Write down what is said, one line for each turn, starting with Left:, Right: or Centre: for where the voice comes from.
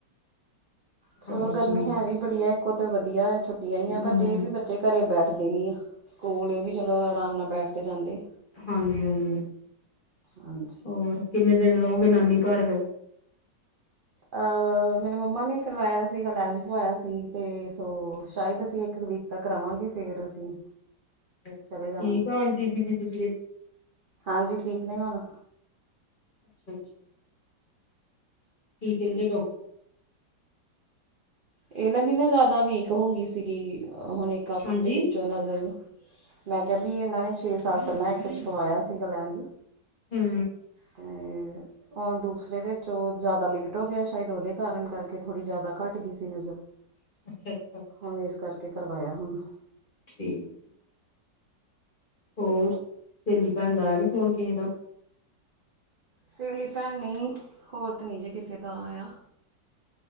Right: ਚਲੋ
Left: ਹੋਰ
Right: ਗਰਮੀ
Left: ਸੁਣਾਓ
Right: ਹੈ ਵੀ ਬੜੀ ਐ ਇੱਕੋ ਤੇ ਵਧੀਆ ਛੁੱਟੀਆਂ ਈ ਐ
Left: ਹਮ
Right: ਪਰ ਇਹ ਵੀ ਬੱਚੇ ਘਰੇ ਬੈਠਦੇ ਨੀ। ਸਕੂਲ ਇਹ ਵੀ ਚਲੋ ਆਰਾਮ ਨਾਲ ਬੈਠ ਤੇ ਜਾਂਦੇ।
Left: ਹਾਂਜੀ-ਹਾਂਜੀ,
Right: ਹਾਂਜੀ
Left: ਹੋਰ ਕਿੰਨੇ ਦਿਨ ਰੋਗੇ ਨਾਨੀ ਘਰ ਫਿਰ?
Right: ਅ ਮੇਰੇ ਮੰਮਾ ਨੇ ਕਰਵਾਇਆ ਸੀਗਾ ਲੈਂਸ ਪਵਾਇਆ ਸੀ ਤੇ ਸੋ ਸ਼ਾਇਦ ਅਸੀਂ ਇੱਕ ਵੀਕ ਤਾਂ ਕਰਾਵਾਂਗੇ ਫੇਰ ਅਸੀਂ
Left: ਠੀਕ
Right: ਚਲੇ ਜਾਵਾਂਗੇ
Left: ਆ ਆਂਟੀ ਜੀ ਦੀ ਤਬੀਅਤ?
Right: ਹਾਂਜੀ ਠੀਕ ਨੇ ਹੁਣ,
Left: <inaudible> ਕੀ ਕਹਿੰਦੇ ਡਾਕ
Right: ਇਹਨਾਂ ਦੀ ਨਾ ਜ਼ਿਆਦਾ ਵੀਕ ਹੋ ਗਈ ਸੀਗੀ ਹੁਣ ਇੱਕ ਅੱਖ
Left: ਹਾਂਜੀ
Right: ਦੇ ਵਿੱਚੋਂ ਨਜ਼ਰ। ਮੈਂ ਕਿਹਾ ਵੀ ਇਹਨਾਂ ਨੇ ਛੇ ਸਾਲ ਪਹਿਲਾਂ ਇੱਕ 'ਚ ਪਵਾਇਆ ਸੀਗਾ ਲੈਂਜ।
Left: ਹੂੰ,
Right: ਤੇ ਹੁਣ ਦੂਸਰੇ ਵਿੱਚ ਉਹ ਜ਼ਿਆਦਾ ਲੇਟ ਹੋ ਗਿਆ ਸ਼ਾਇਦ ਉਹਦੇ ਕਾਰਨ ਕਰਕੇ ਥੋੜੀ ਜਿਆਦਾ ਘੱਟ ਗਈ ਸੀ। ਤਿਨ ਹਜ਼ਾਰ
Left: <inaudible>
Right: ਹੁਣ ਏਸ ਕਰਕੇ ਕਰਵਾਇਆ ਹੁਣ।
Left: ਠੀਕ। ਹੋਰ, ਸੇਲੀ ਭੈਣ ਦਾ ਆਇਆ ਨੀ ਫੋਣ ਕਿਸੇ ਦਾ?
Right: ਸੇਲੀ ਭੈਣ ਨਈ ਹੋਰ ਤੇ ਨਹੀਂ ਜੇ ਕਿਸੇ ਦਾ ਆਇਆ,